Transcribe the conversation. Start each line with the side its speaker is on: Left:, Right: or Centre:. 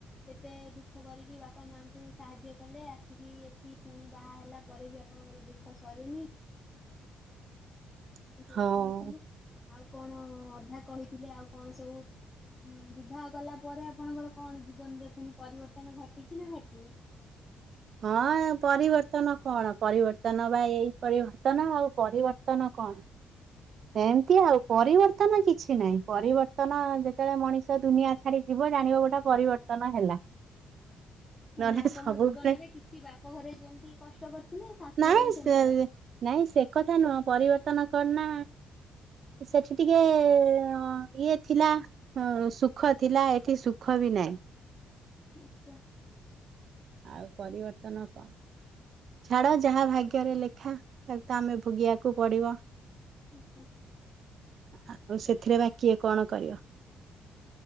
Left: କେତେ ଦୁଃଖ କରିକି ବାପା ମାଙ୍କୁ ସାହାଯ୍ୟ କଲେ ଆସିକି ଏଠି ପୁଣି ବାହା ହେଲା ପରେ ବି ଆ ଆପଣଙ୍କର ଦୁଃଖ ସରୁନି।
Right: <unintelligible>
Left: ଏମିତି ସବୁ
Right: ହଁ।
Left: ଶୁଣିଥିଲୁ ଆଉ କଣ ଅଧା କହିଥିଲେ ଆଉ କଣ ସବୁ ନେ ବିବାହ କଲା ପରେ ଆପଣଙ୍କର କଣ ଜୀବନରେ ପୁଣି ପରିବର୍ତ୍ତନ ଘଟିଚି ନା ଘଟିନି?
Right: ହଁ ପରିବର୍ତ୍ତନ କଣ ପରିବର୍ତ୍ତନ ବା ଏଇ ପରିବର୍ତ୍ତନ ଆଉ ପରିବର୍ତ୍ତନ କଣ? ସେମିତି ଆଉ ପରିବର୍ତ୍ତନ କିଛି ନାହିଁ ପରିବର୍ତ୍ତନ ଯେତେବେଳେ ମଣିଷ ଦୁନିଆ ଛାଡି ଯିବ ଜାଣିବ ଗୋଟେ ପରିବର୍ତ୍ତନ ହେଲା।
Left: ମାନେ
Right: ନହେଲେ
Left: ଆପଣଙ୍କ
Right: ସବୁବେଳେ
Left: ଜୀବନରେ କିଛି ବାପ ଘରେ ଯେମିତି କଷ୍ଟ କରିଥିଲେ ଶାଶୁ
Right: ନାଇଁ
Left: ଘରେ ବି
Right: ସେ
Left: ସେମିତି କଷ୍ଟ।
Right: ନାଇଁ ସେ କଥା ନୁହଁ ପରିବର୍ତନ କରନା ସେଠି ଟିକେ ଅ ଇଏ ଥିଲା। ହଁ ସୁଖ ଥିଲା ଏଠି ସୁଖ ବି ନାହିଁ।
Left: ଆଚ୍ଛା।
Right: ଆଉ ପରିବର୍ତ୍ତନ କଣ? ଛାଡ ଯାହା ଭାଗ୍ୟରେ ଲେଖା ତାକୁ ତ ଆମେ ଭୋଗିବାକୁ ପଡିବ।
Left: ଆଚ୍ଛା।
Right: ଆଉ ସେଥିରେ ବା କିଏ କଣ କରିବ?